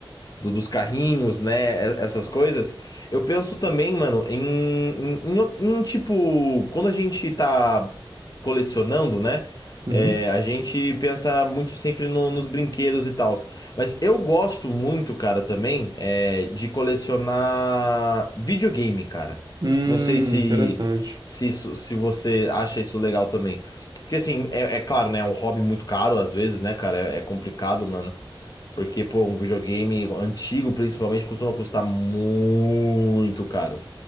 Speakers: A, on the left (about 45°); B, on the right (about 50°).
A: do- dos carrinhos, né? e- Essas coisas. Eu penso também, mano, em, em, em out- em, tipo, quando a gente tá colecionando, né?
B: Uhum.
A: é, a gente pensa muito sempre no- nos brinquedos e tal. Mas eu gosto muito, cara, também, é, de colecionar videogame, cara.
B: Hum,
A: Não sei se,
B: interessante.
A: se, isso- se você acha isso legal também. Porque assim, é, é claro, né? É um hobby muito caro às vezes, né, cara? É, é complicado, mano. Porque, pô, um videogame antigo, principalmente, costuma custar muito caro.